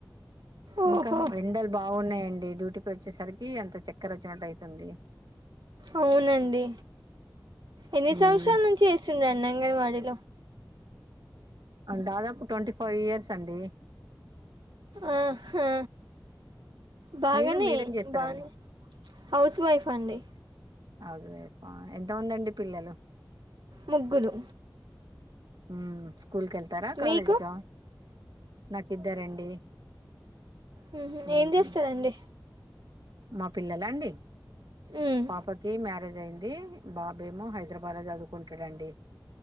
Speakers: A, on the right; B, on the right.
A: ఓహో
B: ఇంకా ఎండలు బాగున్నాయం డి డ్యూటీకి వచ్చేసరికి అంత చక్కర వచ్చినట్టు అయితుంది
A: అవునండి ఎన్ని
B: మ్మ్
A: సంవత్సరాల నుంచి చేస్తుండ అండి అంగన్వాడీలో
B: దాదాపు ట్వంటీ ఫైవ్ ఇయర్స్ అండి
A: ఆహా బాగానే
B: మీరు మీరేం చేస్తారండి
A: బానే హౌస్ వైఫ్ అండి
B: హౌస్ వైఫ్ ఆ ఎంతమంది అండి పిల్లలు
A: ముగ్గురు
B: హ్మ్మ్ క్కుల్ కి వెళ్తారా కాలేజ్గా
A: మీకు
B: నాకి ఇద్దరండి
A: హ్మ్మ్
B: మ్మ్
A: ఏం చేస్తారండి
B: మా పిల్లలా అండి
A: మ్మ్
B: పాపకి మ్యారేజ్ అయింది బాబు ఏమో హైదరాబాద్ లో చదువుకుంటాడండి